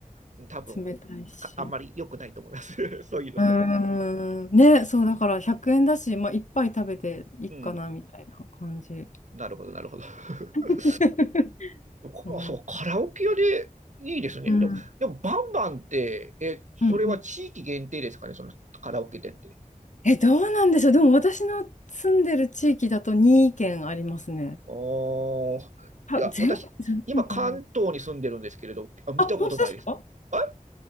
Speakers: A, on the right; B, on the left.
A: そう。多分、
B: 冷たいし。
A: かあんまり良くないと思います。<laughs> そういうの。
B: うーん。ね、そう、だから100円だし、まあ、いっぱい食べていいかな、
A: うん。
B: みたいな感じ。
A: なるほど、なるほど。<laughs>
B: <laughs>
A: こそう、
B: うん。うん。
A: カラオケ屋でいいですね。
B: うん。
A: でも、でもバンバンって、え、それは地域限定ですかね、
B: うん
A: そのカラオケ店って。
B: え、どうなんでしょう。でも私の住んでる地域だと2県ありますね。
A: ああ、
B: あ、
A: いや、
B: 全国じゃないのかな。
A: 私、今関東に住んでるんですけれど、あ、見たことないです。
B: あ、本当ですか
A: えはい。